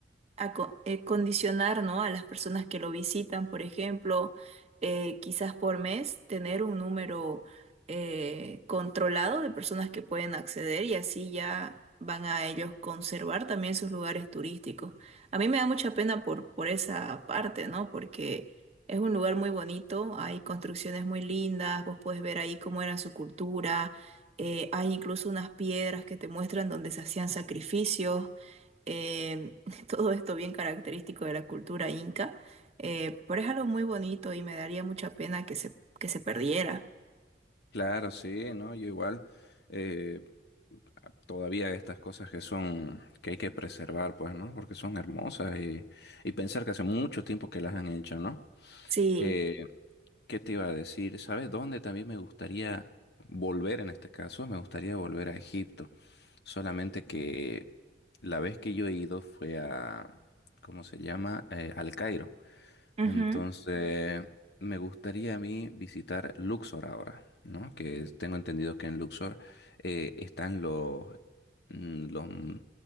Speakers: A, on the right; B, on the left.
A: aco- eh, condicionar, ¿no? a las personas que lo visitan, por ejemplo, eh, quizás por mes, tener un número eh, controlado de personas que pueden acceder y así ya van a ellos conservar también sus lugares turísticos. A mí me da mucha pena por, por esa parte, ¿no? Porque... Es un lugar muy bonito, hay construcciones muy lindas, vos puedes ver ahí cómo era su cultura, eh, hay incluso unas piedras que te muestran donde se hacían sacrificios, eh, <laughs> todo esto bien característico de la cultura inca, eh, pero es algo muy bonito y me daría mucha pena que se, que se perdiera.
B: Claro, sí, ¿no? Yo igual, eh, todavía estas cosas que son, que hay que preservar, pues, ¿no? Porque son hermosas y, y pensar que hace mucho tiempo que las han hecho, ¿no?
A: Sí.
B: Eh, ¿qué te iba a decir? ¿Sabes dónde también me gustaría volver en este caso? Me gustaría volver a Egipto. Solamente que la vez que yo he ido fue a, ¿cómo se llama? Eh, al Cairo.
A: ujú.
B: Entonces, me gustaría a mí visitar Luxor ahora, ¿no? Que es- tengo entendido que en Luxor eh, están los, mm, los, mm,